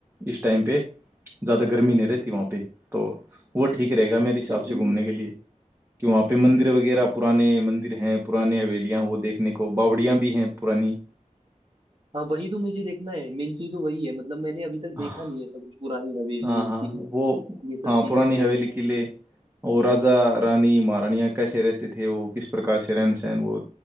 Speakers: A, on the right (about 20°); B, on the right (about 40°).
A: इस टाइम पे ज़्यादा गर्मी नहीं रहती वहाँ पे तो वो ठीक रहेगा मेरे
B: अच्छा
A: हिसाब
B: गर्मी
A: से घूमने
B: में
A: के लिए कि वहाँ पे मंदिर वगैरह पुराने मंदिर हैं पुराने हवेलियाँ हैं वो देखने को बावड़ियाँ भी हैं पुरानी
B: हाँ वही तो मुझे देखना है मेन चीज तो वही है मतलब मैंने अभी तक
A: हाँ
B: देखा नहीं है सब कुछ पुरानी हवेली
A: हाँ
B: किले
A: वो
B: ये सब
A: हाँ
B: चीज
A: पुरानी
B: मैं देखूंगा
A: हवेली किले और राजा रानी महारानियाँ कैसे रहते थे वो किस प्रकार से रहन सहन वो